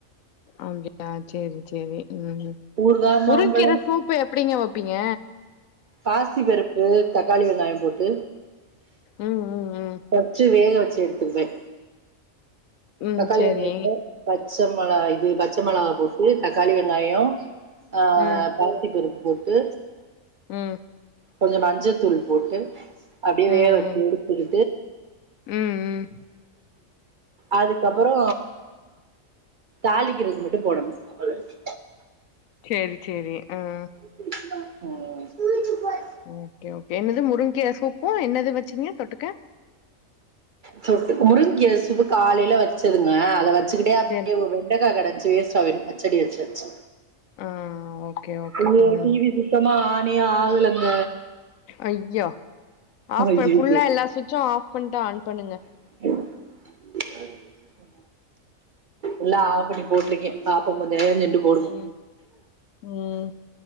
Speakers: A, on the left; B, on the right.
A: அப்டியா சேரி சேரி ம்
B: ஊறுகா
A: முருங்ககீர
B: மாம்பழம்
A: சூப்பு எப்டிங்க வைப் வெப்பீங்க
B: பாசி பருப்பு தக்காளி வெங்காய போட்டு
A: ம் ம் ம்
B: வெச்சு வேக வச்சு எடுத்துருவேன்
A: ம்
B: தக்காளி
A: சேரி
B: வெங்காயத்து பச்ச மெளகா இது பச்சை மெளா போட்டு தக்காளி வெங்காயொ அ
A: ம்
B: பாசிப்பருப்பு போட்டு
A: ம்
B: கொஞ்சொ மஞ்சத்தூள் போட்டு அப்டே
A: ம் ம்
B: வேக வச்சு எடுத்து <inaudible>
A: ம் ம்
B: அதுக்கப்பறோ தாளிக்கிறதுக்கு மட்டுபோடனும் பொயர்ச்
A: சேரி சேரி ம்
B: <unintelligible> பூச்சி பாரு
A: ஓகே ஓகே என்னது முருங்கைகீர சூப்பும் என்னது வச்சீங்க தொட்டுக்க
B: தொட்டுக்க முருங்கீர சூப்பு காலையில வச்சதுங்க அத வச்சுக்கிட்டே அப்
A: சரி
B: ஒர் ரவுண் வெண்டக்கா கெடைஞ்ச்சு சோ அவின் பச்சடி வச்சாச்சு
A: ஆ ஓகே ஓகே
B: அய்யயோ
A: ம்
B: டிவி போச்சு சுத்தமா ஆன்னே ஆகலங்க
A: ஐயா ஆஃப்
B: ஐயையோ
A: ஃபுல்லா எல்லா விட்சும் ஆஃப் பண்ணிட்டு ஆன் பண்ணுங்க
B: ஹ எல்லா ஆஃப் பண்ணி போட்ருக்கே பாப்ப கொஞ்சோ நேர செண்டு போடுவோ
A: ம் ம்